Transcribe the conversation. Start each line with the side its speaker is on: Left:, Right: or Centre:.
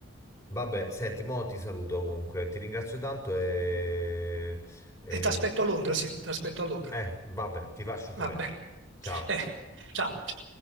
Left: Vabbè, senti, mo ti saluto comunque, ti ringrazio tanto e... e-
Right: E ti aspetto a Londra, sì, ti aspetto a Londra.
Left: eh, vabbè, ti faccio sapere.
Right: Va bene.
Left: Ciao.
Right: Eh, ciao. ciao.